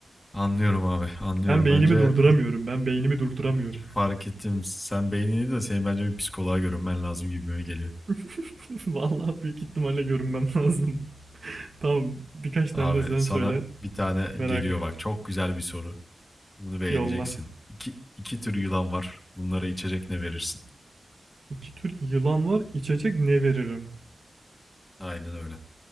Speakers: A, on the left; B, on the right.
A: Anlıyorum abi, anlıyorum.
B: ben beynimi
A: Bence
B: durduramıyorum. Ben beynimi durduramıyorum.
A: fark ettim. Sen beynini de senin bence bir psikoloğa görünmen lazım gibime geliyor.
B: <laughs> Vallahi büyük ihtimalle görünmem lazım. <laughs> tamam birkaç tane
A: Abi
B: de sen
A: sana
B: söyle.
A: bir tane
B: Merak.
A: geliyor bak. Çok güzel bir soru. Bunu beğeneceksin.
B: Yolla.
A: İki, iki tür yılan var. Bunlara içecek ne verirsin?
B: İki tür yılan var. İçecek ne veririm?
A: Aynen öyle.